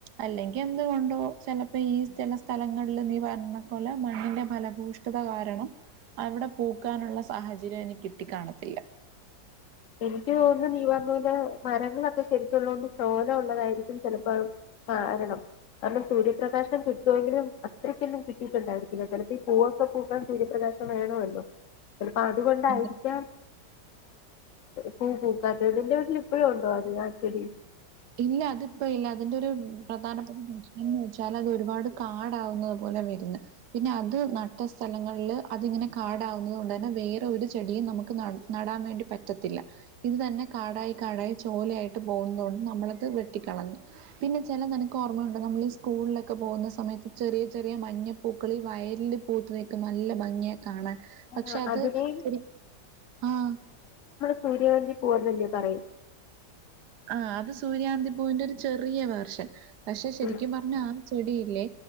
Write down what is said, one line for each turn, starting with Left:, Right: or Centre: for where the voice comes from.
Right: അല്ലെങ്കിൽ എന്തുകൊണ്ടോ ചിലപ്പോ ഈ ചില സ്ഥലങ്ങളിൽ കാരണക്കലെ മണ്ണിന്റെ ഫലഭൂഷ്ടത കാരണം അവിടെ പൂക്കാനുള്ള സാഹചര്യം എനി കിട്ടിക്കാണത്തില്ല.
Left: എനിക്ക് തോന്നുന്നു നീ പറഞ്ഞ പോലെ മരങ്ങളൊക്കെ ശരിക്കുള്ളത് കൊണ്ട് ചോല ഉള്ളതായിരിക്കും ചിലപ്പോ ആഹ ആകണം. അന്നും സൂര്യപ്രകാശം കിട്ടുവെങ്കിലും അത്രയ്ക്കൊന്നും കിട്ടിട്ടുണ്ടായിരിക്കില്ല ചിലപ്പോ പൂവൊക്കെ പൂക്കാൻ സൂര്യപ്രകാശം വേണല്ലോ?. ചിലപ്പോ അതുകൊണ്ടായിരിക്കാം,
Right: ഉം
Left: പൂ പൂക്കാത്തെ. നിന്റെ വീട്ടിൽ ഇപ്പഴും ഉണ്ടോ അത് ആ ചെടി
Right: ഇല്ല അതിപ്പോ ഇല്ല. അതിന്റെ ഒരു പ്രധാനപ്പെട്ട പ്രശ്നം എന്ന് വെച്ചാൽ, അത് ഒരുപാട് കാടാവുന്നത് പോലെ വരുന്നു, പിന്നെ അത് നട്ട സ്ഥലങ്ങളിൽ അതിങ്ങനെ കാടാവുന്നത് കൊണ്ടന്നെ വേറെ ഒരു ചെടിയും നമുക്ക് ന നടാൻ വേണ്ടി പറ്റത്തില്ല. ഇത് തന്നെ കാടായി കാടായി ചോല ആയിട്ട് പോകുന്നത് കൊണ്ട് നമ്മളത് വെട്ടിക്കളഞ്ഞു. പിന്നെ ചില നിനക്ക് ഓർമ്മയുണ്ടോ? നമ്മൾ ഈ സ്കൂളിലൊക്കെ പോകുന്ന സമയത്ത് ചെറിയ ചെറിയ മഞ്ഞപ്പൂക്കള് വയലില് പൂത്ത് നിക്കണേ, നല്ല ഭംഗിയാ കാണാൻ
Left: ആ
Right: പക്ഷെ, അത്
Left: അതിനെയും
Right: ഇച്ചിരി, ആഹ
Left: സൂര്യവതി പൂവന്ന് അല്ലെ പറയുക.
Right: ആ അത് സൂര്യാന്തിപൂവിന്റെ ഒരു ചെറിയ വേർഷൻ. പക്ഷെ ശരിക്കും
Left: ഉം
Right: പറഞ്ഞ ആ ചെടിയില്ലേ